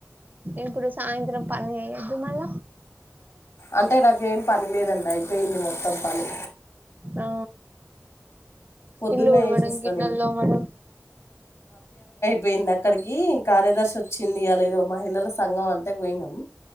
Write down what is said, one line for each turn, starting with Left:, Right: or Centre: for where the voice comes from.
Right: ఇప్పుడు సాయంత్రం పని ఎప్పుడు మళ్ళ
Left: అంటే నాకిఏం పని లేదండి అయిపోయింది మొత్తం పని
Right: ఆ
Left: పొద్దున్నే
Right: ఇల్లు ఉడవడం
Left: చేసేస్తా
Right: గిన్నెలు
Left: నేను
Right: తోమడం
Left: పోయింది అక్కడికి కార్యదర్శి వచ్చింది అ లే ఏదో మహిళల సంఘం అంటే పోయినాం